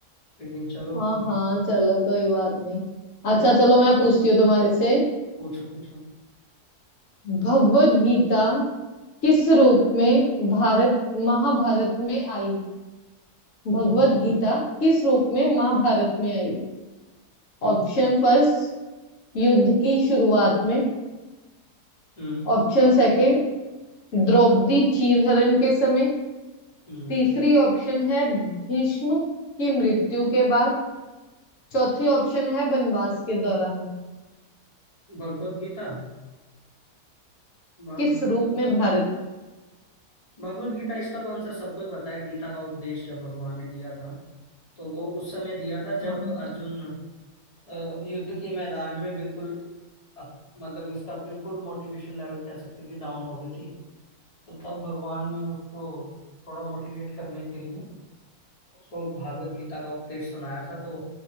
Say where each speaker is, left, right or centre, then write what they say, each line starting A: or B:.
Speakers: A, on the left; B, on the left.
A: लेकिन चलो
B: हाँ
A: कोई नहीं।
B: हाँ चलो कोई बात नहीं अच्छा चलो मैं पूछती हूँ तुम्हारे से
A: पूछो पूछो
B: भगवत गीता किस रूप में भारत महाभारत में आई भगवत
A: हम्म
B: गीता किस रूप में महाभारत में आई
A: हम्म
B: ऑप्शन फर्स्ट युद्ध की शुरुआत में
A: हम्म
B: ऑप्शन सेकंड द्रौपदी चीरहरण के समय
A: हम्म।
B: तीसरी ऑप्शन है भीष्म की मृत्यु के बाद चौथी ऑप्शन है वनवास के दौरान
A: भगवत गीता भगवत
B: किस रूप
A: गीता
B: में भारत
A: भगवत गीता इसका तो आंसर सबको ही पता है गीता का उपदेश जब भगवान ने दिया था तो वो उस समय दिया था जब
B: हाँ
A: अर्जुन अ, युद्ध के मैदान में बिल्कुल अप- मतलब कि उसका बिल्कुल मोटिवेशन लेवल कह सकते हैं कि डाउन हो गई थी तो तब भगवान ने उसको थोड़ा मोटिवेट करने के लिए उसको भागवत गीता का उपदेश सुनाया था तो